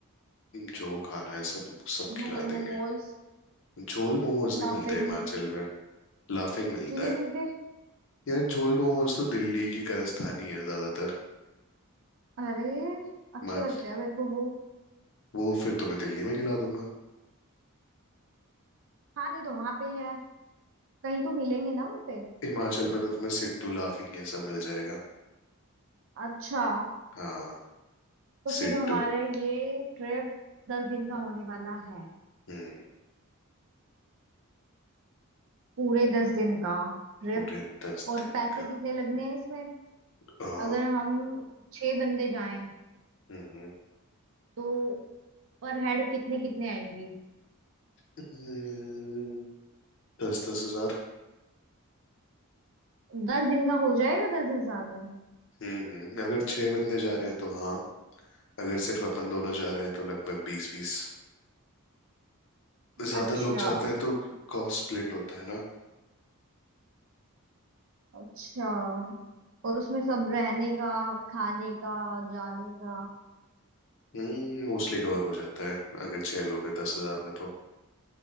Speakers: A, on the left (about 60°); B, on the right (about 60°).
A: जो खाना है सब सब खिला
B: झोल
A: देंगे
B: मोमोज
A: झोल मोमोज नहीं
B: लापिंग
A: मिलते हिमाचल में लाफिंग मिलता
B: क्यों नहीं
A: है
B: मिलते
A: यार झोल मोमोज तो दिल्ली की कारस्तानी है ज्यादातर
B: अरे अच्छे
A: हिमाचल
B: लगते हैं मेरे को वो
A: वो फिर तुम्हें दिल्ली में खिला दूंगा
B: खाने तो वहां पे है कहीं तो मिलेंगे ना वहां पे
A: हिमाचल में तो तुम्हें सिड्डू लाफिंग ये सब मिल जाएगा
B: अच्छा
A: हाँ
B: तो
A: सिड्डू
B: फिर हमारा ये ट्रिप दस दिन का होने वाला है
A: हम्म
B: पूरे दस दिन का ट्रिप
A: पूरे दस
B: और
A: दिन
B: पैसे
A: का
B: कितने लगने हैं इसमें
A: आ,
B: अगर हम छह बंदे जाएं
A: हम्म,
B: तो पर हेड कितने कितने आएंगे
A: हम्म, दस दस हजार
B: दस दिन का हो जाएगा दस हजार में
A: हम्म हम्म, अगर छह बंदे जा रहे हैं तो हाँ अगर सिर्फ अपन दोनों जा रहे हैं तो लगभग बीस बीस ज्यादा
B: अच्छा
A: लोग जाते हैं तो कॉस्ट स्प्लिट होता है ना
B: अच्छा और उसमें सब रहने का खाने का जाने का
A: हम्म मोस्टली कवर हो जाता है अगर छह लोग हैं दस हजार में तो